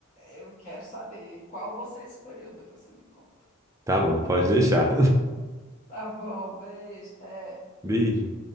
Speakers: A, on the left; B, on the right.
A: eu quero saber qual você escolheu, depois você me conta.
B: Tá bom, pode deixar.
A: Tá bom, beijo, até.
B: <laughs> Beijo.